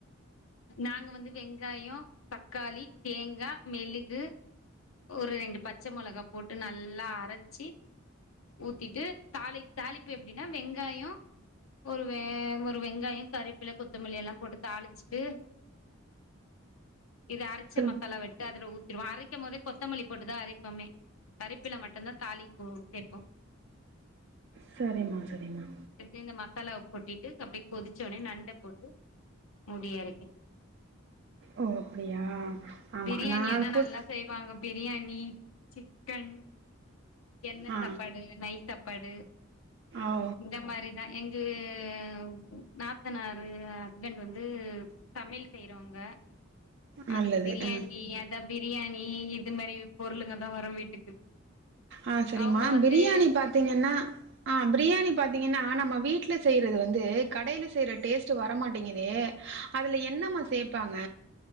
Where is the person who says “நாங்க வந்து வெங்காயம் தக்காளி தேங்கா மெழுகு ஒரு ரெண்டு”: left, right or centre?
Left